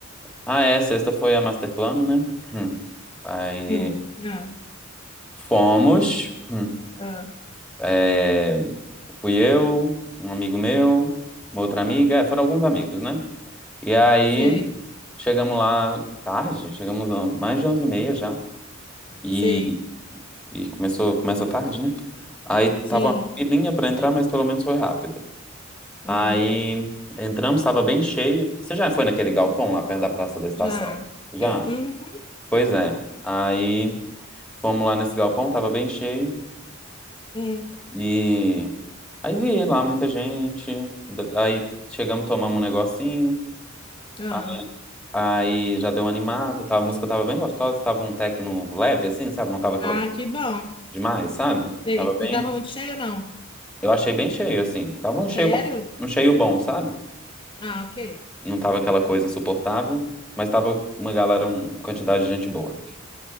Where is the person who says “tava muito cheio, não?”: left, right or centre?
Left